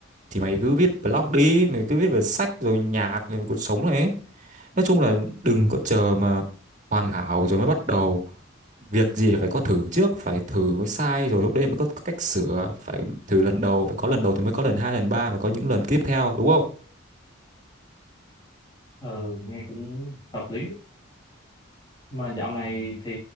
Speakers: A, on the right; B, on the left.
A: thì mày cứ viết blog đi mày cứ viết về sách rồi nhạc rồi cuộc sống này ấy. nói chung là đừng có chờ mà hoàn hảo rồi mới bắt đầu việc gì là phải có thử trước phải thử mới sai rồi lúc đấy mới có cách sửa phải thử lần đầu phải có lần đầu thì mới có lần hai lần ba phải có những lần tiếp theo đúng không
B: ờ, nghe cũng hợp lý mà dạo này thì